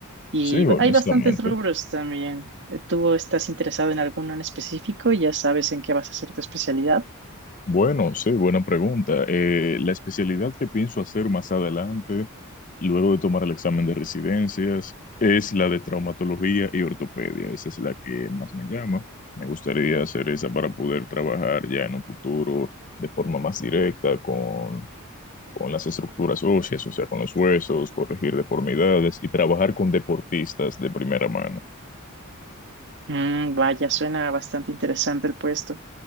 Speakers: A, on the right; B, on the left.
A: Y
B: Sí, honestamente.
A: ba- hay bastantes rubros también. Eh, ¿Tú estás interesado en alguno en específico? ¿Ya sabes en qué vas a hacer tu especialidad?
B: Bueno, sí, buena pregunta. Eh, la especialidad que pienso hacer más adelante, luego de tomar el examen de residencias, es la de traumatología y ortopedia. Esa es la que más me llama. Me gustaría hacer esa para poder trabajar ya en un futuro de forma más directa con, con las estructuras óseas, o sea, con los huesos, corregir deformidades y trabajar con deportistas de primera mano.
A: Mm, vaya, suena bastante interesante el puesto.